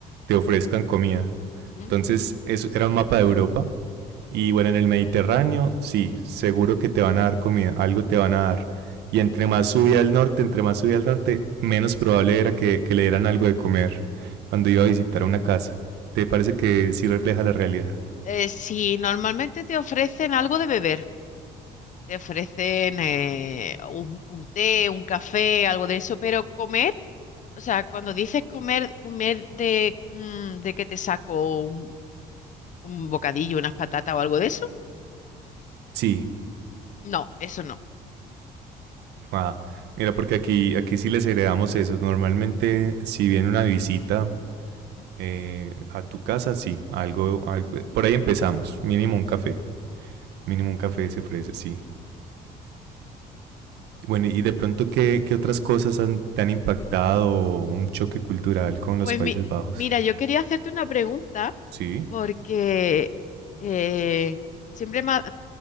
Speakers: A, on the right; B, on the left.
A: te ofrezcan comida.
B: ujú.
A: Entonces, eso era un mapa de Europa. Y bueno, en el Mediterráneo, sí, seguro que te van a dar comida, algo te van a dar. Y entre más subía al norte, entre más subía al norte, menos probable era que, que le dieran algo de comer cuando iba a visitar una casa. ¿Te parece que sí refleja la realidad?
B: Eh, si normalmente te ofrecen algo de beber, te ofrecen eh, un, un té, un café, algo de eso, pero comer O sea, cuando dices comer, comer de, mm, de que te saco un, un bocadillo, unas patatas o algo de eso,
A: Sí.
B: no, eso no.
A: Ah, mira, porque aquí, aquí sí les heredamos eso. Normalmente, si viene una visita,
B: Ujú.
A: Eh, a tu casa, sí, algo, algo, por ahí empezamos, mínimo
B: Ujú.
A: un café, mínimo un café se ofrece, sí. Bueno, y de pronto, ¿qué, qué otras cosas han, te han impactado un choque cultural con los
B: Pues
A: Países
B: mi-
A: Bajos?
B: mira, yo quería hacerte una pregunta
A: Sí,
B: porque eh, siempre me ha,